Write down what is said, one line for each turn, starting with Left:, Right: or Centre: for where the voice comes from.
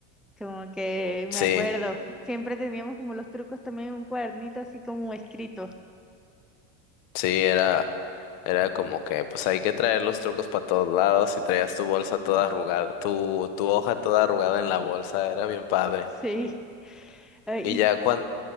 Centre: Como que me
Left: Sí.
Centre: acuerdo, siempre teníamos como los trucos también en un cuadernito así como escrito.
Left: Sí, era, era como que pues hay que traer los trucos para todos lados y traías tu bolsa toda arrugada, tu, tu hoja toda arrugada en la bolsa, era bien padre.
Centre: Sí. Ay,
Left: Y
Centre: y
Left: ya cuando,